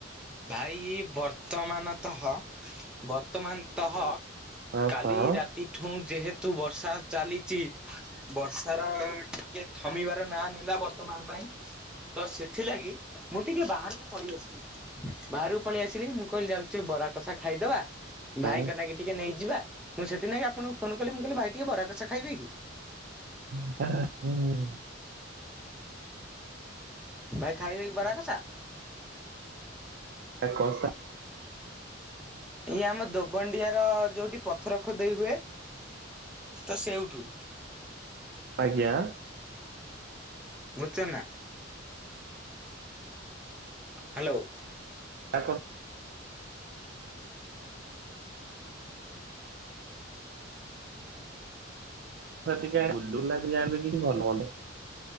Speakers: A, in the centre; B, on the right.
A: ଭାଇ ବର୍ତ୍ତମାନ ତହ ବର୍ତ୍ତମାନ ତହ
B: ହଁ
A: କାଲି
B: ହଁ
A: ରାତିଠୁ ଯେହେତୁ ବର୍ଷା ଚାଲିଛି ବର୍ଷ ର ଟିକେ ଥମିବାର ନାଁ ନେଲା ବର୍ତ୍ତମାନ ପାଇଁ। ତ ସେଥିଲାଗି ମୁଁ ଟିକେ ବାହାରକୁ ପଳେଇ ଆସିଚି। ବାହାରକୁ ପଳେଇ ଆସିଲି ମୁଁ କହିଲି ଯାଉଛି ବରା କଷା ଖାଇଦବା
B: ଉଁ
A: ଭାଇଙ୍କ ନାକି ଟିକେ ନେଇଯିବା ମୁଁ ସେଥି ନିକି ଆପଣଙ୍କୁ ଫୋନ କଲି ମୁଁ କହିଲି ଭାଇ ଟିକେ ବରା କସା ଖାଇବେ କି?
B: ହୁଁ।
A: ଭାଇ ଖାଇବେ କି ବରା କସା?
B: ତା କସା।
A: ଏଇ ଆମ ଦୋବଣ୍ଡିଆ ର ଯୋଉଠି ପଥର ଖୋଦେଇ ହୁଏ ତ ସେଉଠୁ।
B: ଆଜ୍ଞା।
A: ବୁଝୁଚ ନା ହ୍ୟାଲୋ।
B: <unintelligible>
A: <inaudible>
B: ଟିକେ ଗୁଲୁଗୁଲା <unintelligible>